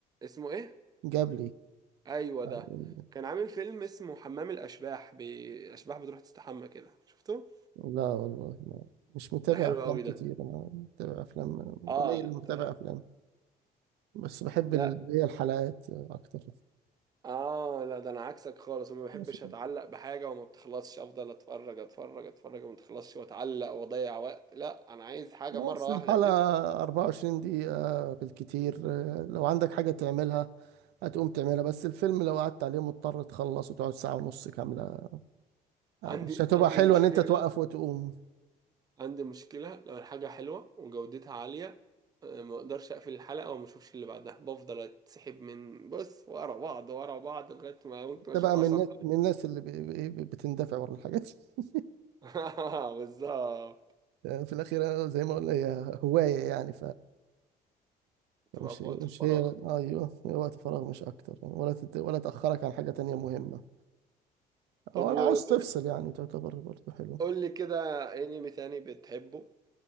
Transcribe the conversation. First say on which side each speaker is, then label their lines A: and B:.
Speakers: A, on the right (about 25°); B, on the right (about 80°).
A: اسمه ايه
B: جاب
A: ايوه
B: لي
A: ده كان عامل فيلم اسمه حمام الاشباح بي... اشباح بتروح تستحمى كده شفته
B: لا والله ما مش متابع
A: ده حلو
B: افلام
A: قوي
B: كتير
A: ده
B: انا متابع افلام
A: اه
B: قليل اللي
A: انت
B: متابع افلام بس بحب
A: لا
B: ال- هي الحلقات اكتر
A: اه لا ده انا عكسك خالص وما بحبش
B: ماشي.
A: اتعلق بحاجه وما بتخلصش افضل اتفرج اتفرج اتفرج وما تخلصش واتعلق واضيع وقت لا انا عايز حاجه
B: خلاص
A: مره واحده
B: الحلقة
A: دب
B: 24 دقيقة بالكتير لو عندك حاجة تعملها هتقوم تعملها بس الفيلم لو قعدت عليه مضطر تخلص وتقعد ساعة ونص كاملة
A: عندي
B: مش هتبقى
A: عندي
B: حلوة
A: مشكله
B: ان انت توقف وتقوم
A: عندي مشكله لو الحاجه حلوه وجودتها عاليه آه، ما اقدرش اقفل الحلقه وما اشوفش اللي بعدها بفضل اتسحب من بص ورا بعض ورا بعض لغايه ما ممكن
B: انت
A: اشوف
B: بقى
A: 10
B: من الناس
A: حلقات
B: من الناس اللي ب- ب- بتندفع ورا الحاجات <laughs>
A: <laughs> بالظبط
B: في الاخير زي ما قلنا هي هواية يعني
A: تبقى
B: مش
A: في
B: مش
A: وقت الفراغ
B: هي ايوه هي وقت فراغ مش اكتر يعني ولا تت... ولا تاخرك عن حاجه تانية مهمه
A: طب
B: ولا
A: وقول
B: عاوز تفصل يعني تعتبر برضه حلو
A: لي كده انمي تاني بتحبه